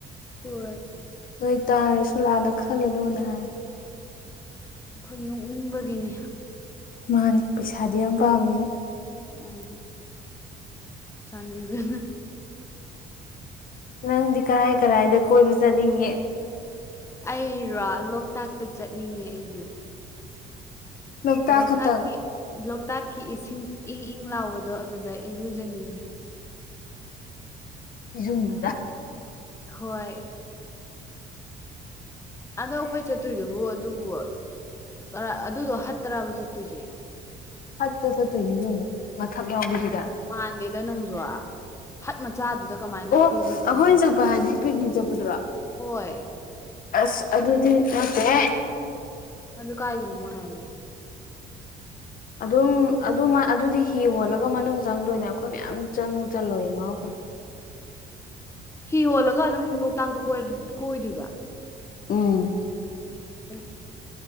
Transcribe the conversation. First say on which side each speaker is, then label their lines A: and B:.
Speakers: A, on the left (about 15°); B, on the left (about 55°).
A: ꯍꯣꯏ
B: ꯅꯣꯏ ꯇꯥꯔꯁꯨ ꯂꯥꯟꯅ ꯈꯜꯂꯅꯣꯅ ꯍꯥꯏ
A: ꯑꯈꯣꯏ ꯅꯣꯛꯅꯤꯡꯕꯒꯤꯅꯦ
B: ꯃꯥꯅꯤ ꯄꯩꯁꯥꯗꯤ ꯌꯥꯝ ꯄꯥꯝꯃꯦ
A: ꯑꯪ ꯆꯥꯟꯕꯤꯗꯨꯅ
B: ꯅꯪꯗꯤ ꯀꯔꯥꯏ ꯀꯔꯥꯏꯗ ꯀꯣꯏꯕ ꯆꯠꯅꯤꯡꯉꯤ
A: ꯑꯩꯔꯣ ꯂꯣꯛꯇꯥꯛ ꯇꯆꯠ ꯅꯤꯡꯉꯦ ꯑꯩꯗꯤ
B: ꯂꯣꯛꯇꯥꯛ
A: ꯂꯣꯛꯇꯥꯛꯀꯤ
B: ꯈꯛꯇꯪ
A: ꯂꯣꯛꯇꯥꯛꯀꯤ ꯏꯁꯤꯡ ꯏ ꯏ ꯃ ꯂꯥꯎꯕꯗꯣ ꯑꯗꯨꯗ ꯏꯔꯨ ꯖꯅꯤꯡꯉꯦ
B: ꯐꯤꯖꯨꯝꯗꯨꯗ
A: ꯍꯣꯏ ꯑꯗꯣ ꯑꯩꯈꯣꯏ ꯆꯠꯇꯣꯏꯗꯨꯕꯨ ꯑꯗꯨꯕꯨ ꯀꯔꯥ ꯑꯗꯨꯗꯣ ꯍꯠꯇꯔꯥꯕ ꯆꯠꯇꯣꯏꯁꯦ
B: ꯍꯠꯇ ꯆꯠꯇꯣꯏꯅꯤ ꯀꯩꯅꯣ ꯃꯊꯛ ꯌꯥꯎꯕꯤꯗꯨ
A: ꯃꯥꯟꯗꯦ ꯗ ꯅꯪꯁꯨ ꯍꯠ ꯃꯆꯥꯗꯨꯗ ꯀꯃꯥꯏꯅ
B: ꯑꯣ
A: ꯑꯩꯈꯣꯏ
B: ꯑꯩꯈꯣꯏꯅ
A: ꯃꯤ ꯌꯥꯡꯈꯩ
B: ꯆꯠꯄ ꯍꯥꯏꯗꯤ ꯄꯤꯛꯅꯤꯛ ꯆꯞ ꯎꯗꯨꯔ
A: ꯍꯣꯏ
B: ꯑꯁ ꯑꯗꯨꯗꯤ ꯅꯠꯇꯦꯍꯦ
A: ꯑꯗꯨ ꯀꯥꯏꯒꯤꯅꯣ ꯃꯣꯢ ꯍꯥꯢꯗꯣ
B: ꯑꯗꯨꯝ ꯑꯗꯨ ꯃꯥ ꯑꯗꯨꯗꯤ ꯍꯤ ꯍꯣꯜꯂꯒ ꯃꯅꯨꯡ ꯆꯪꯗꯣꯏꯅꯦ ꯑꯩꯈꯣꯏ ꯃꯌꯥꯝ ꯆꯪꯉꯨ ꯆꯜꯂꯣꯢꯌꯦ ꯉꯥꯎꯔꯛꯀꯅꯨ
A: ꯍꯤ ꯍꯣꯜꯂꯒ ꯑꯗꯨꯝ ꯂꯣꯛꯇꯥꯛꯇꯣ ꯀꯣꯢ ꯀꯣꯏꯗꯣꯏꯕ
B: ꯎꯝ
A: ꯎꯝ